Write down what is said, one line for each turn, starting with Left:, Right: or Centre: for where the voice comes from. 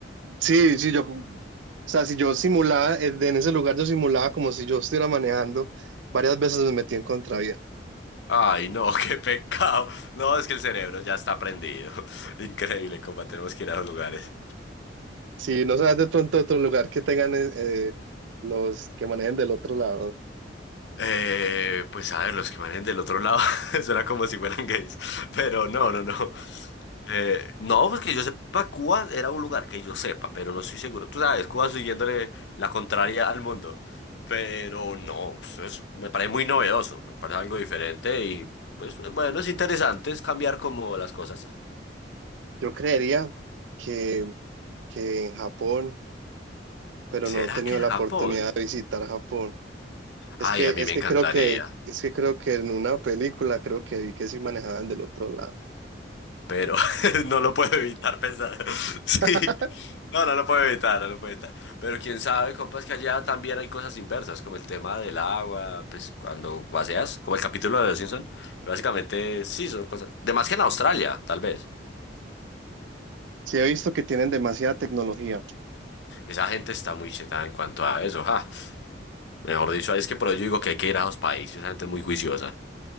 Right: Sí, sí, yo, o sea, si yo simulaba, eh, en ese lugar yo simulaba como si yo estuviera manejando, varias veces me metí en contravía.
Left: Ay, no, qué pecado. No, es que el cerebro ya está prendido. <laughs> Increíble cómo tenemos que ir a esos lugares.
Right: Si no sabes de pronto otro lugar que tengan eh, eh, los que manejen del otro lado,
Left: Eh, pues a ver, los que manejen del otro lado, <laughs> suena como si fueran gays. Pero no, no, no. Eh, no, pues que yo sepa, Cuba era un lugar que yo sepa, pero no estoy seguro. Tú sabes, Cuba siguiéndole la contraria al mundo. Pero no, eso es- me parece muy novedoso, me parece algo diferente y pues bueno, es interesante es cambiar como las cosas.
Right: yo creería que, que en Japón, pero no
Left: ¿Será
Right: he tenido
Left: que era
Right: la oportunidad
Left: Japón?
Right: de visitar Japón. Es
Left: Ay,
Right: que,
Left: a mí
Right: es
Left: me
Right: que
Left: encantaría.
Right: creo que, es que creo que en una película creo que vi que sí manejaban del otro lado.
Left: pero <laughs> no lo puedo evitar pensar. <laughs> Sí.
Right: <laughs>
Left: No, no lo puedo evitar, no lo puedo evitar. Pero quién sabe, compas, que allá también hay cosas inversas, como el tema del agua, pues cuando vacias, como el capítulo de Los Simpson. Básicamente, sí, son cosas. De más que en Australia, tal vez.
Right: Sí he visto que tienen demasiada tecnología.
Left: Esa gente está muy chetada en cuanto a eso, ja. Mejor dicho, ahí es que por ello digo que hay que ir a los países, esa gente es muy juiciosa.